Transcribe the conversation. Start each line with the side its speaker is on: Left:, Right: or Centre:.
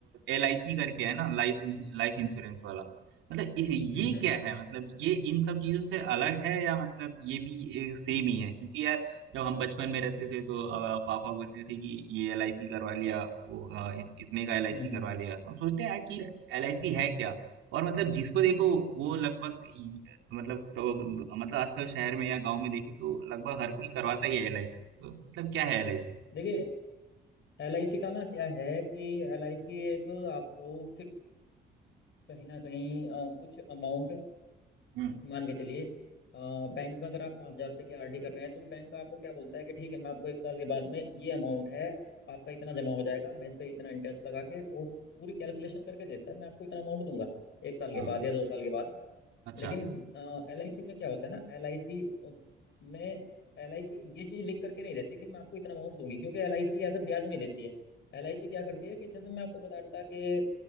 Right: एल आई सी करके है ना लाइफ लाइफ इंश्योरेंस वाला मतलब इसे
Left: हम्म
Right: ये
Left: हम्म
Right: क्या है मतलब ये इन सब चीजों से अलग है या मतलब ये भी एक सेम ही है क्योंकि यार जब हम बचपन में रहते थे तो अ, पापा बोलते थे कि ये एल आई सी करवा लिया वो, अ, इत- इतने का एल
Left: हम्म
Right: आई सी
Left: हम्म।
Right: करवा लिया तो हम सोचते हैं यार कि एल आई सी है क्या और मतलब जिसको देखो वो लगभग मतलब क- मतलब आजकल शहर में या गांव में देखें तो लगभग हर कोई करवाता ही है एलआईसी तो मतलब क्या है एलआईसी
Left: देखिए एल आई सी का ना क्या है कि एल आई सी एक आपको फिक्स कहीं ना कहीं अ, कुछ अमाउंट
Right: हम्म
Left: मान के चलिए अ, बैंक में अगर आप पाँच हजार रुपये की आरडी कर रहे हैं तो बैंक आपको क्या बोलता है कि ठीक है मैं आपको एक साल के बाद में ये अमाउंट है आपका इतना जमा हो जाएगा मैं इस पे इतना इंटरेस्ट लगा के और पूरी कैलकुलेशन करके देता है मैं आपको इतना अमाउंट दूंगा एक साल के
Right: हाँ
Left: बाद या दो साल के बाद
Right: अच्छा
Left: लेकिन एल आई सी में क्या होता है ना एल आई सी में एल आई सी ये चीज लिख करके नहीं देती कि मैं आपको इतना अमाउंट दूंगी क्योंकि एल आई सी ऐसा ब्याज नहीं देती है एल आई सी क्या करती है कि जैसे मैं आपको बता रहा था कि अ,